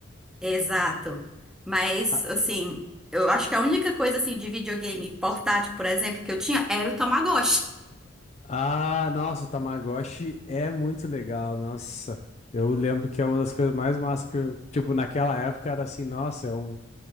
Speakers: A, in the centre; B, on the left.
A: Exato. Mas,
B: Ah,
A: assim, eu acho que a única coisa, assim, de videogame portátil, por exemplo, que eu tinha era o Tamagotchi.
B: ah, nossa, o Tamagotchi é muito legal, nossa. Eu lembro que é uma das coisas mais massas que eu, tipo, naquela época era assim, nossa, é um,